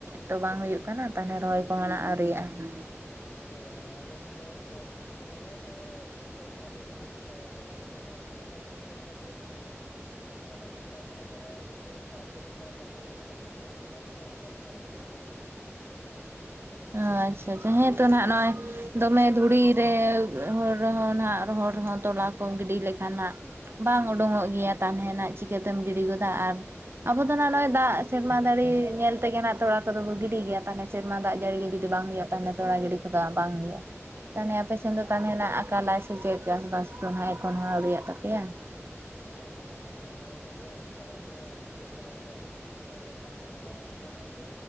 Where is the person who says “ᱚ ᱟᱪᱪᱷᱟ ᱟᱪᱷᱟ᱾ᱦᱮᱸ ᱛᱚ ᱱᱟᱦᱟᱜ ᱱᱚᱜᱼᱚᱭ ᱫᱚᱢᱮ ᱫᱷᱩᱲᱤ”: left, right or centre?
Right